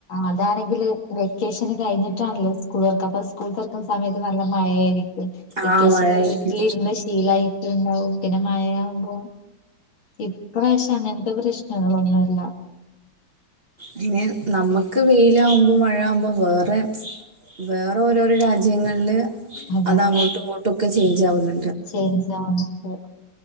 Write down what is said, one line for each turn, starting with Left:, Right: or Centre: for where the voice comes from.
Left: അതാണെങ്കില് വെക്കേഷന് കഴിഞ്ഞിട്ടാണല്ലോ സ്കൂൾ തൊറക്കാ ഇപ്പ സ്കൂൾ തൊറക്കുന്ന സമയത്ത് നല്ല മഴയായിരിക്കും വെക്കേഷന്
Right: ആ മഴയായിരിക്കും
Left: വീട്ടിലിരുന്ന് ശീലായിട്ടുണ്ടാവും പിന്നെ മഴയാവുമ്പോ ഇപ്രാവശ്യം അങ്ങനത്തെ പ്രശ്നങ്ങളൊന്നുല്ല
Right: പിന്നെ നമ്മക്ക് വെയിലാവുമ്പോ മഴ ആവുമ്പോ വേറെ വേറെ ഓരോരോ രാജ്യങ്ങളില്
Left: അതെ
Right: അത് അങ്ങോട്ടു ഇങ്ങോട്ടു ഒക്കെ ചേഞ്ച് ആവുന്നു
Left: ചേഞ്ച് ആവ്ന്ന്ണ്ട്.